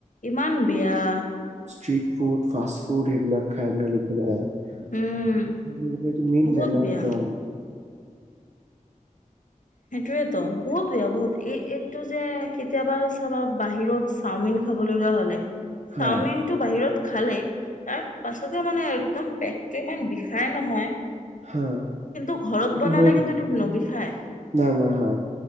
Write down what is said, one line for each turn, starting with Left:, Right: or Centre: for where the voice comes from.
Left: ইমান বেয়া।
Right: ষ্ট্ৰট ফুড ফাষ্ট ফুড সেইবিলাক খাই মেলি পেলাই।
Left: উম,
Right: এইটো মেইন
Left: বহুত
Right: বেমাৰ
Left: বেয়া।
Right: জম।
Left: সেইটোয়েতো বহুতয়া বহুত এই এইটো যে কেতিয়াবা চাবা বাহিৰত। চাওঁমিন খাব লগা হলে
Right: হা
Left: চাওঁমিন। টো বাহিৰত খালে তাৰ পাছতে মানে একদম পেটটো ইমান বিষাই নহয়।
Right: হা
Left: কিন্তু ঘৰত
Right: এইটো
Left: বনালে
Right: হয়তো
Left: কিন্তু এইটো নবিষাই।
Right: না, না, হা